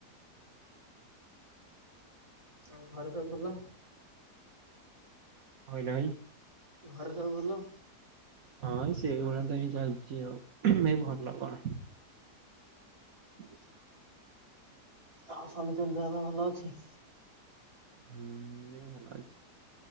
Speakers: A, on the right; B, on the right.
A: ଆଉ ଘରେ ସବୁ ଭଲ?
B: କଣ କହିଲ ଭାଇ?
A: ଘରେ ସବୁ ଭଲ?
B: ହଁ ଭାଇ ସେଭଳିଆ ତ ହିଁ ଚାଲିଛି ଆଉ ଭଲ କଣ। <unintelligible>
A: ଆଉ ସମସ୍ତ ଙ୍କ ଦେହ ପା ଭଲ ଅଛି?
B: ହୁଁ ଏ ଭଲ ଅଛି।